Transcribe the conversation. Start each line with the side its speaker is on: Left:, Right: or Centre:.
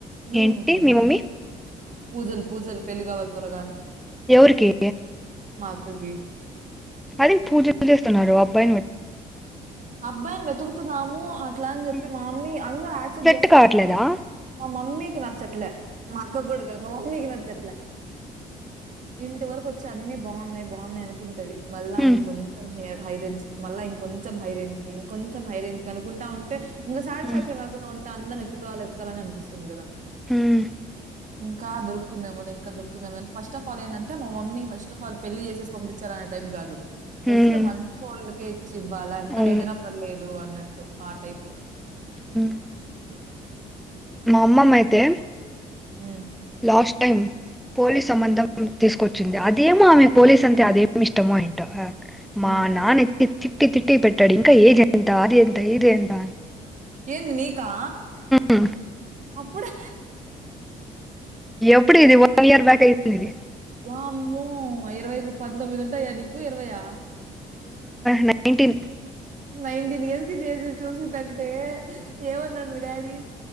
Right: ఉమ్
Centre: ఏంటి
Right: తిన్నా
Centre: మీ మమ్మీ
Right: లి పూజలు పూజలు పెళ్ళి కావళ్ త్వరగా
Centre: ఎవురికి
Right: మాక్కకి
Centre: అది పూజలు చేస్తున్నారు అబ్బాయిని బ
Right: అబ్బాయిని వెతుకుతున్నాము. ఆ అట్లా అని చెప్పి
Centre: ఉమ్.
Right: మా మమ్మీ అందరరు యాక్సెప్ట్
Centre: సెట్
Right: చేస్తున్నారు
Centre: కావట్లేదా
Right: కానీ మా మమ్మీకి నచ్చట్లే మా అక్కకిగుదాగాదు మా మమ్మీ కి నచట్ల ఇంటి వరకు అన్ని బాగున్నాయి బాగున్నాయి అనుకుంటది మళ్ళా
Centre: ఉమ్,
Right: ఇంకొంచెం హ హైరేంజ్ మళ్ళా ఇంకొంచెం హైరేంజ్ కొంచం హై రేజ్ క అనుకుంటా ఉంటే ఇంకా సాటిస్ఫాక్షన్లేకుంటా
Centre: ఉమ్,
Right: ఉ అంట అందరి ఎతుకాల ఎతుకాలని అనిపిస్తుంది కదా.
Centre: హ్మ్
Right: ఇంకా దొరుతుంది ఏమోలె ఇకా దొరుకుందమ ఫస్ట్ ఆఫ్ ఆల్ ఏంది మా మమ్మీ ఫస్ట్ ఆఫ్ ఆల్ పెళ్లి చేసిసిపంపించాలా కాదు వస్తే
Centre: ఉమ్,
Right: మంచోళ్ళకే క ఇచ్చి ఇవ్వాల ఎంత
Centre: అవును
Right: లేటునపర్లేదు పర్లేదు అన్నట్టు ఆ టైపు
Centre: హ్మ్ మా అమ్మమ్మ అయితే
Right: హ
Centre: లాస్ట్ టైం పోలీస్ సంబంధం తీసుకొ చింది అదేమో ఆమె పోలీస్ అంటే అదేమి ఇష్టమో ఏంటో
Right: హ్మ్.
Centre: మా నాన్న తిట్టి తిట్టి పెట్టాడు ఇంకా ఏజ ఎంత అది ఎంత ఇది ఎంత
Right: ఏంది నీకా
Centre: మ్మ్.
Right: అప్పుడే
Centre: ఎప్పుడు ఇది వన్ ఇయర్ బ్యాక్ అయింది ఇది
Right: వామ్ము ఇరవై పంతొమ్మిది ఉంటాయా నీకు ఇరవైఆ
Centre: నైన్టీన్
Right: నైన్టీన్ ఇయర్స్ కి చేసి చూసిందంటే ఏమన్నాడు మీ డాడీ